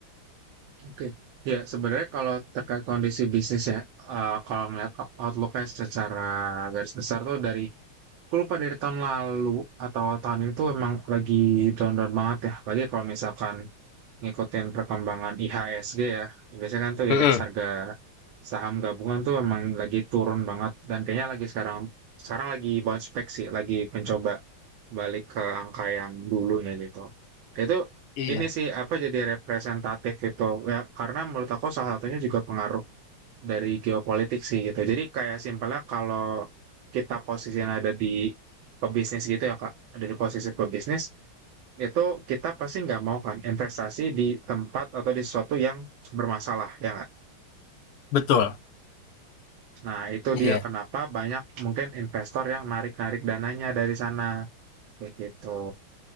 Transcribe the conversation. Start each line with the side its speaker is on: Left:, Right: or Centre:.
Right: Oke. Ya, sebenarnya kalau terkait kondisi bisnis ya, eh, kalau ngeliat out- outlook-nya secara garis besar tuh dari, aku lupa dari tahun lalu atau tahun itu emang lagi down-down banget ya. Lagi kalau misalkan ngikutin perkembangan IHSG ya. Biasanya kan tuh
Left: Mm-mm.
Right: indeks harga saham gabungan tuh emang lagi turun banget dan kayaknya lagi sekarang sekarang lagi bounce back sih, lagi mencoba balik ke angka yang dulunya gitu. Itu
Left: Iya,
Right: ini sih apa jadi representatif itu ya karena menurut aku salah satunya juga pengaruh dari geopolitik sih gitu. Jadi kayak simpelnya kalau kita posisinya ada di pebisnis gitu ya Kak, ada di posisi pebisnis itu kita pasti nggak mau kan investasi di tempat atau di sesuatu yang bermasalah ya nggak?
Left: betul.
Right: Nah itu
Left: Iya,
Right: dia kenapa banyak mungkin investor yang narik-narik dananya dari sana kayak gitu